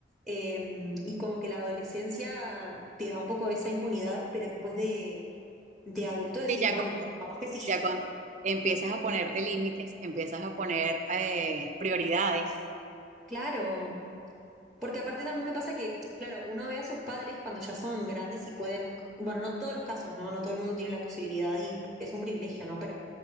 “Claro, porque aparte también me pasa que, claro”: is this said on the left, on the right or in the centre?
Centre